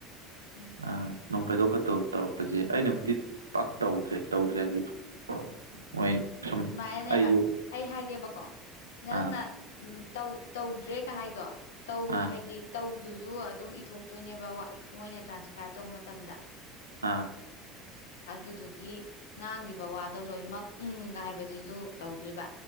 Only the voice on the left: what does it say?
ꯎꯝ
ꯁꯨꯃꯥꯏꯅꯅꯦꯕ
ꯑꯩ ꯍꯥꯏꯒꯦꯕꯀꯣ ꯅꯪꯅ
ꯎꯝ ꯇꯧꯗ꯭ꯔꯦ ꯀꯥ ꯍꯥꯏꯗꯣ ꯇꯧ
ꯍꯥꯏꯗꯤ ꯇꯧ ꯑꯗꯨꯁꯨ ꯑꯗꯨꯝ ꯏꯊꯣꯛꯇꯣꯏꯅꯦꯕ ꯃꯣꯏꯅ ꯇ꯭ꯔꯥꯟꯁꯀ꯭ꯔꯥꯏꯞ ꯇꯧꯕ ꯃꯇꯝꯗ
ꯑꯗꯨꯗꯨꯒꯤ ꯉꯥꯡꯈꯤꯕ ꯋꯥꯗꯣ ꯂꯣꯏꯅꯃꯛ ꯎꯪꯒ ꯍꯥꯏꯕ ꯍꯥꯏꯕꯁꯤꯁꯨ ꯇꯧꯗꯣꯏꯕ